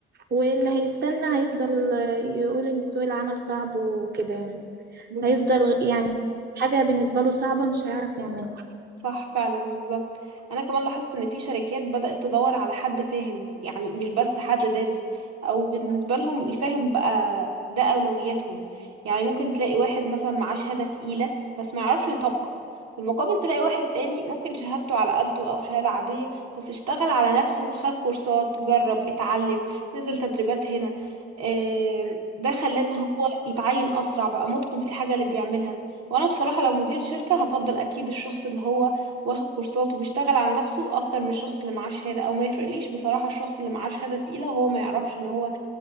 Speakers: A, on the right (about 30°); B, on the right (about 55°).
A: واللي هيستنى هيفضل يقول ان سوق العمل صعب وكده يعني
B: بالظبط
A: هيفضل يعني حاجة بالنسبة له صعبة مش هيعرف يعملها
B: صح فعلا بالظبط انا كمان لاحظت ان في شركات بدأت تدور على حد فاهم يعني مش بس حد دارس او بالنسبة لهم الفاهم بقى ده اولوياتهم يعني ممكن تلاقي واحد مثلا معاه شهادة تقيلة بس ما يعرفش يطبق في المقابل تلاقي واحد تاني ممكن شهادته على قده او شهادة عادية بس اشتغل على نفسه خد كورسات جرب اتعلم نزل تدريبات هنا آم، ده خلاه ان هو يتعين اسرع بقى متقن في الحاجة اللي بيعملها وانا بصراحة لو مدير شركة هفضل اكيد الشخص اللي هو واخد كورسات وبيشتغل على نفسه اكتر من الشخص اللي معاه شهادة او ما يفرقليش بصراحة الشخص اللي معاه شهادة تقيلة وهو ما يعرفش ان هو